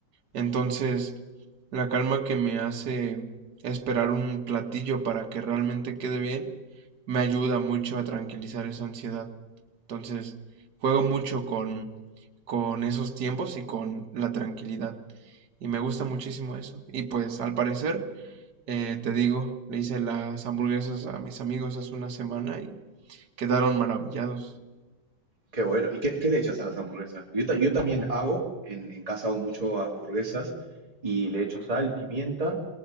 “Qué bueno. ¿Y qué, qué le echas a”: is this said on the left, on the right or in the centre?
Right